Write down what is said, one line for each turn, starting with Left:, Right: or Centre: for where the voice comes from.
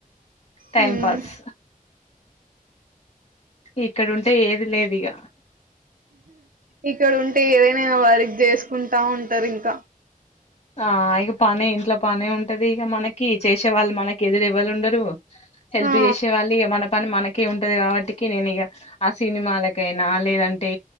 Left: టైమ్
Right: హ్మ్
Left: పాస్ ఇక్కడ ఉంటే ఏది లేదు ఇగ
Right: ఇక్కడ ఉంటే ఏదైనా వర్క్ చేసుకుంటా ఉంటారు ఇంకా
Left: ఆ ఇగ పనే ఇంట్లో పనే ఉంటది ఇగ మనకి చేసే వాళ్ళు మన ఎదురు ఎవరు ఉండరు హెల్ప్
Right: ఆ
Left: చేసే వాళ్ళు మన పని మన ఉంటది కాబట్టి నేను ఇగ ఆ సినిమాలకైనా లేదంటే